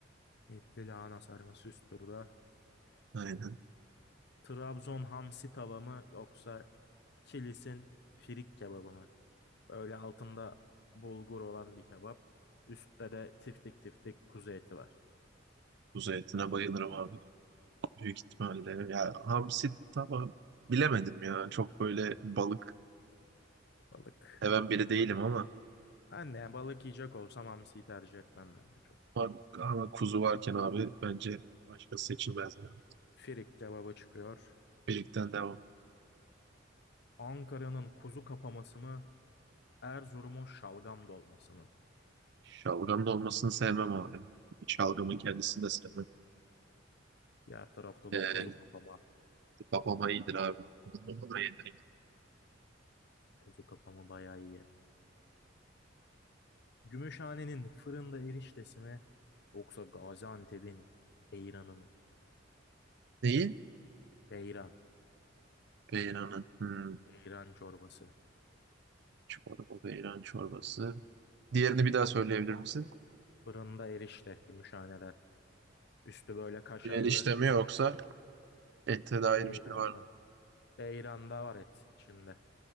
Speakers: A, on the left (about 60°); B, on the right (about 60°).
A: Etli lahana sarması üst turda.
B: Aynen.
A: Trabzon hamsi tava mı yoksa Kilis'in firik kebabı mı? Böyle altında bulgur olan bir kebap. Üstte de tiftik tiftik kuzu eti var.
B: Kuzu etine bayılırım abi. Büyük ihtimalle. Ya hamsi tamam. Bilemedim ya. Çok böyle balık
A: Balık.
B: seven biri değilim ama
A: Ben de yani balık yiyecek olsam hamsiyi tercih etmem ben de çok.
B: Ama, ama kuzu varken abi bence başka seçilmez yani.
A: Firik kebaba çıkıyor.
B: Birlikten devam.
A: Ankara'nın kuzu kapaması mı? Erzurum'un şalgam dolması mı?
B: Şalgam da olmasını sevmem abi. Şalgamın kendisini de sevmem.
A: Diğer tarafta
B: Ee,
A: da kuzu kapama.
B: babama iyidir abi. Babama iyidir.
A: Kuzu kapama bayağı iyi. Gümüşhane'nin fırında eriştesi mi? Yoksa Gaziantep'in beyranı mı?
B: Neyi?
A: Beyran.
B: Beyranı. Hmm,
A: Beyran çorbası.
B: çorba, beyran çorbası. Diğerini bir daha söyleyebilir misin?
A: Fırında erişte Gümüşhane'den. Üstü böyle kaşarlı.
B: Erişte mi yoksa ette dair
A: Beyran
B: bir şey var
A: mı?
B: mı?
A: Beyran'da var et içinde.